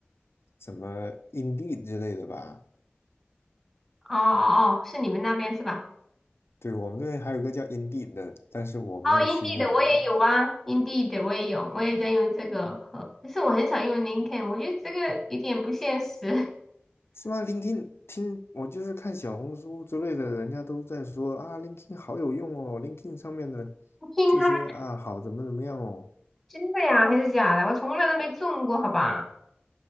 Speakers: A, on the left; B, in the centre.
A: 什么 Indeed 之类的吧。
B: 哦哦哦，是你们那边是吧？
A: 对，我们这边还有个叫 Indeed 的，但是我没有去用那个。
B: 哦，Indeed 的我也有啊，Indeed 的我也有，我也在用这个和，但是我很少用 l i n c o l n 我觉得这个有点不现实。<laughs>
A: 是吗 l i n k i n 听我就是看小红书之类的，人家都在说啊 l i n k i n 好有用哦 l i n k i n 上面的
B: 听他们
A: 这些啊，好怎么怎么样哦。
B: 真的呀还是假的？我从来都没中过，好吧？